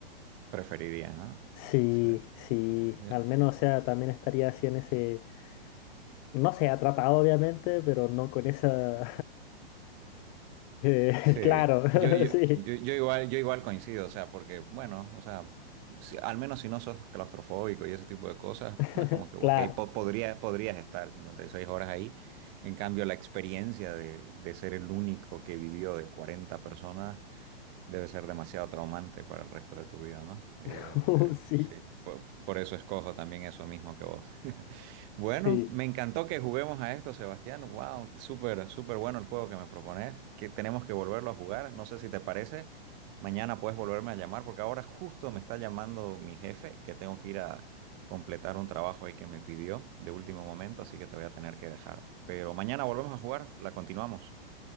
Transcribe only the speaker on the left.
Sí,
sí,
al menos, o sea, también estaría así en ese, no sé, atrapado obviamente, pero no con esa... <laughs> eh,
claro,
<laughs>
sí,
<laughs>
claro,
<laughs>
sí,
sí,